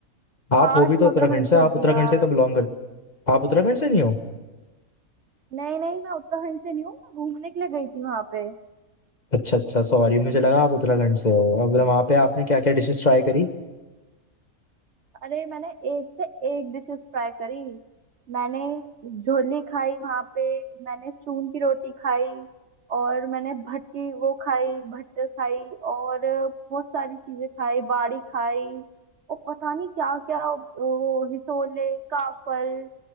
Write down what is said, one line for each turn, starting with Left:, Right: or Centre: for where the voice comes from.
Left: आप
Right: काश
Left: हो भी तो
Right: मैं
Left: उत्तराखंड
Right: उत्तराखंड
Left: से
Right: से
Left: आप
Right: होती
Left: उत्तराखंड
Right: यार
Left: से तो बिलोंग करते आप उत्तराखंड से नहीं हो
Right: नहीं नहीं मैं उत्तराखंड से नहीं हूँ मैं घूमने के लिए गई थी वहाँ पे
Left: अच्छा अच्छा सॉरी मुझे लगा आप उत्तराखंड से हो अब तो वहाँ पे आपने क्या क्या डिशेस ट्राई करी
Right: अरे मैंने एक से एक डिशेस ट्राई करी मैंने झोली खाई वहां पे मैंने चून की रोटी खाई और मैंने भट की वो खाई भट्ट खाई और बहुत सारी चीजें खाई बाड़ी खाई और पता नहीं क्या क्या वो हिसोले काफल